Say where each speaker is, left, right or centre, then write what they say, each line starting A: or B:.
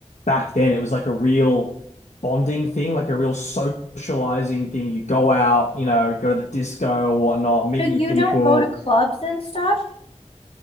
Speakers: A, on the left; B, on the left.
A: back then. It was like a real bonding thing, like a real socializing thing. You go out, you know, go to the disco or whatnot, meet
B: So you
A: new people.
B: don't go to clubs and stuff.